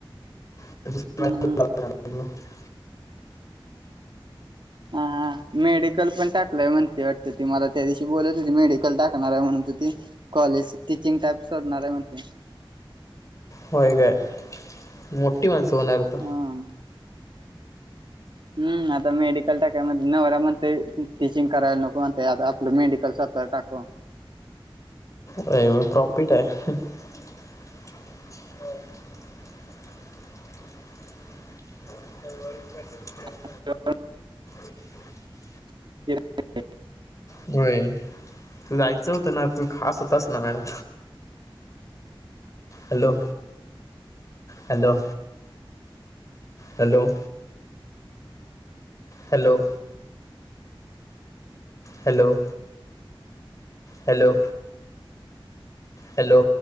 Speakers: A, on the left; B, on the right.
A: <unintelligible>
B: हा, हा.
A: <unintelligible>
B: हा, हा मेडिकल पण टाकलय म्हणती वाटत, ती मला त्या दिवशी बोलत होती मेडिकल टाक कणार म्हणून त ती, कॉलेज टीचिंग टाईप सोडणार आहे म्हणती.
A: होय गं मोठी माणसं होणारेत.
B: आ हं! हूं आता मेडिकल टाकायमध नवरा म्हणतोय टीचिंग करायला नको म्हणतय, आता आपलं मेडिकल स्वतः टाकू.
A: होय म प्रॉफिट आहे. <unintelligible>
B: <unintelligible>
A: <inaudible>
B: <unintelligible>
A: व्हयं तू जायचं होतं ना, तू खास होतास ना madam hello, hello, hello. Hello! Hello! Hello! Hello!